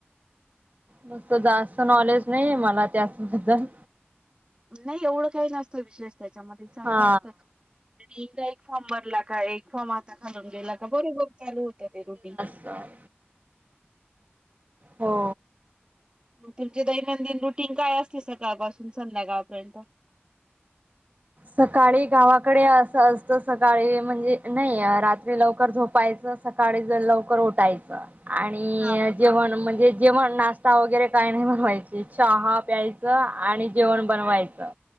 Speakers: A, on the right; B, on the right.
A: नुसतं जास्त नॉलेज नाही ये मला त्याचबद्दल.
B: नाही एवढं काही नसतं विशेष त्याच्यामध्ये चांगलं
A: हा
B: असतं. आणि एकदा एक फॉर्म भरला का एक फॉर्म आता खालून गेला का बरोबर चालू होत ते रोटीन.
A: गा. हो.
B: मग तुमचे दैनंदिन रुटीन काय असते सकाळपासून संध्याकाळपर्यंत?
A: सकाळी गावाकडे असं असतं सकाळी म्हणजे नाही रात्री लवकर झोपायचं सकाळी जर लवकर उठायचं आणि
B: हा.
A: जेवण म्हणजे जेवण नाश्ता वगैरे काय नाही बनवायचे चहा प्यायचं आणि जेवण बनवायचं